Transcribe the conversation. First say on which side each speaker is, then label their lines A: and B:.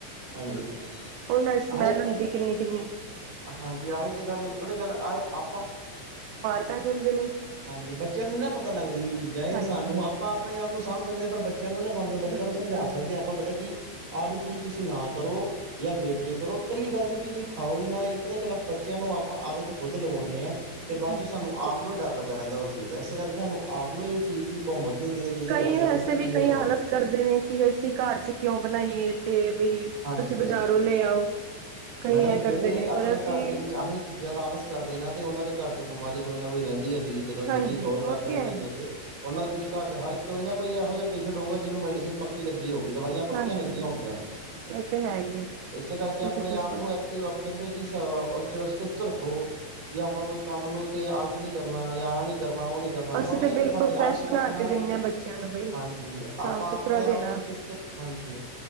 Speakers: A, on the right; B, on the right.
A: ਹਾਂਜੀ
B: ਉਹ ਨਾਲ ਸਮੈਲ
A: ਆਹੀ
B: ਹੁੰਦੀ ਕਿੰਨੀ-ਕਿੰਨੀ।
A: ਹਾਂਜੀ ਆਹੀ ਤੇ ਗੱਲ ਹੈ ਕਿ ਪਤਾ ਗੱਲ ਆ ਆਪਾਂ
B: ਆ ਜਾਂਦੇ ਨੇ।
A: ਹਾਂਜੀ ਬੱਚਿਆਂ ਨੂੰ ਨਾ ਪਤਾ ਲੱਗਦੀ ਇਹ ਚੀਜ਼ਾਂ ਇਹ
B: ਹਾਂਜੀ
A: ਸਾਨੂੰ ਆਪ ਆਪਾਂ ਆਪਣੇ ਆਪ ਨੂੰ ਸਾਂਭ ਸਕਦੇ ਆਂ। ਪਰ ਬੱਚਿਆਂ ਨੂੰ ਨੀ ਸਾਂਭ ਸਕਦੇ, ਬੱਚਿਆਂ
B: ਬੱਚੇ
A: ਨੂੰ ਸਮਝਾ
B: ਹਾਂ
A: ਸਕਦੇ ਆ, ਆਪਾਂ ਬੇਟਾ ਕਿ ਆ ਜਿਹੜੀ ਚੀਜ਼ ਤੁਸੀਂ ਨਾ ਕਰੋ, ਜਾਂ ਵੇਖ ਕੇ ਕਰੋ। ਪਹਿਲੀ ਗੱਲ ਤਾਂ ਤੁਸੀਂ ਖਾਓ ਈ ਨਾ ਏ ਪਤਾ ਕੀ ਗੱਲ ਆ, ਬੱਚਿਆਂ ਨੂੰ ਆਪਾਂ ਆਦਤ ਖੁਦ ਲਵਾਉਂਨੇ ਆ, ਤੇ
B: ਹਾਂਜੀ
A: ਬਾਅਦ ਚ ਸਾਨੂੰ
B: ਤੇ
A: ਆਪ ਨੂੰ ਈ ਡਰ ਲੱਗਾ ਰਹਿੰਦਾ ੳ ਚੀਜ਼ ਦਾ, ਏਸੇ ਕਰਕੇ ਹਾਨੂੰ ਆਪ ਨੂੰ ਇਹ ਚੀਜ਼ ਦੀ ਬਹੁਮਤ ਨ‌ਈਂ ਦੇਣੀ ਚਾਹੀਦੀ
B: ਕਈ
A: ਬੱਚਿਆਂ
B: ਵੈਸੇ
A: ਨੂੰ ਕਿ ਤੁਸੀਂ
B: ਵੀ ਕਈ
A: ਇਹ ਕਰੋ।
B: ਆਲਸ ਕਰਦੇ ਨੇ ਕਿ, ਅਸੀਂ ਘਾਰ 'ਚ ਕਿਉਂ ਬਣਾਈਏ ਤੇ ਬ‌ਈ
A: ਹਾਂਜੀ
B: ਤੁਸੀਂ ਬਜ਼ਾਰੋਂ ਲੈ ਆਓ ਕਈ
A: ਮੈਡਮ
B: ਐਂ ਕਰਦੇ
A: ਜਿਹੜੇ
B: ਨੇ
A: ਆਪਣੇ
B: ਪਰ ਅਸੀਂ।
A: ਘਰ ਦੇ ਵਿੱਚ ਆਹੀ ਚੀਜ਼ਾਂ ਦਾ ਆਲਸ ਕਰਦੇ ਨਾ ਤੇ ਉਹਨਾਂ ਦੇ ਘਰ ਚ ਬਿਮਾਰੀ ਕੋਈ ਨਾ ਕੋਈ ਰਹਿੰਦੀ ਆ ਤੁਸੀਂ ਜਦੋਂ ਮਰਜ਼ੀ
B: ਹਾਂਜੀ
A: ਗੌਰ
B: ਉਹ
A: ਕਰ ਲਿਓ
B: ਤੇ ਹੈ
A: ਚੀਜ਼ ਉੱਤੇ। ਉਹਨਾਂ ਦੇ ਵਿੱਚ ਘਰ ਹਰ ਕੋਈ ਨਾ ਕੋਈ ਇਹੋ ਜਿ ਪੇਸ਼ਟਊਗਾ ਜਿਨ ਮੈਡੀਸਨ ਪ। ਪੱਕ ਲੱਗੀ ਹੋਊਗੀ ਦਵਾਈਆਂ ਪੱਕੀਆਂ
B: ਹਾਂਜੀ
A: ਲੱਗ ਹੋਣੀਆਂਨੂੰ।
B: ਇਹ ਤੇ ਹੈ ਹੀ ਹੈ।
A: ਇਸੇ ਕਰਕੇ ਆਪਣੇ
B: ਇਹ ਤੇ ਬਿਲਕੁਲ
A: ਆਪ ਨੂੰ‌। ਆਪ ਕਹਿੰਦੇ ਕਿ ਚ ਚੁਸਤ ਰੱਖੋ, ਕਿ ਆਪਾਂ ਕੋਈ ਕੰਮ ਨੂੰ ਤੇ ਆਲਸ ਨ ਕਰਨਾ ਯਾ ਆਹ ਨੀ ਕਰਨਾ ਉਹ ਨੀ ਕਰਨਾ
B: ਅਸੀਂ
A: ਪਰਖ
B: ਤੇ ਬਿਲਕੁਲ
A: ਸਾਡੇ
B: ਫਰੈਸ਼
A: ਆਲ ਚ
B: ਬਣਾ
A: ਕਰਨਾ,
B: ਕੇ ਦਿੰਦੇ ਹਾਂ ਬੱਚਿਆਂ ਨੂੰ ਬਈ।
A: ਹਾਂਜੀ।
B: ਸਾਫ
A: ਆਪਾਂ
B: ਸੁਥਰਾ
A: ਆਪਣੇ
B: ਦੇਣਾ
A: ਆਪ ਨੂੰ ਚੁਸਤ, ਹਾਂਜੀ।